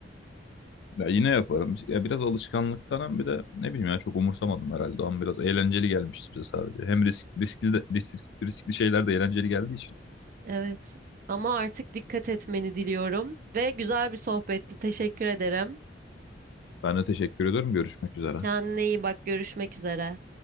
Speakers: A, on the left; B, on the right.
A: Ya yine yaparım. Ya biraz alışkanlıktan hem bir de ne bileyim ya çok umursamadım herhalde. Ama biraz eğlenceli gelmişti bize sadece. Hem risk, riskli, de- risk- riskli şeyler de eğlenceli geldiği için.
B: Evet. Ama artık dikkat etmeni diliyorum ve güzel bir sohbetti. Teşekkür ederim.
A: Ben de teşekkür ediyorum. Görüşmek üzere.
B: Kendine iyi bak. Görüşmek üzere.